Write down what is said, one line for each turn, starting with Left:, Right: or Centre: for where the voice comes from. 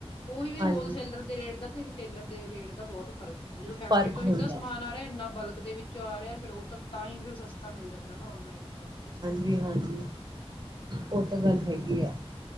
Left: ਉਹੀ ਵੀ
Right: ਹਾਂਜੀ
Left: ਹੋਲਸੇਲਰ ਦੇ ਰੇਟ ਦਾ ਤੇ ਟੇਲਰ ਦੇ ਰੇਟ ਦਾ ਬਹੁਤ ਫਰਕ ਹੁੰਦਾ ਜਦੋਂ ਫੈਕਟਰੀ
Right: ਫ਼ਰਕ
Left: ਤੋਂ
Right: ਹੁੰਦਾ
Left: ਸਿੱਧਾ ਸਮਾਨ ਆ ਰਿਹਾ ਇੰਨਾ ਬਲਕ ਦੇ ਵਿੱਚ ਚ ਆ ਰਿਹਾ ਫਿਰ ਉਹ ਤਾਂ ਤਾਂ ਹੀ ਫੇਿਰ ਸਸਤਾ ਮਿਲ ਜਾਂਦਾ ਨਾ ਔਨਲਾਈਨ ਆਪਾਂ ਨੂੰ
Right: ਜੀ ਹਾਂਜੀ ਉਹ ਤਾਂ ਗੱਲ ਹੈਗੀ ਆ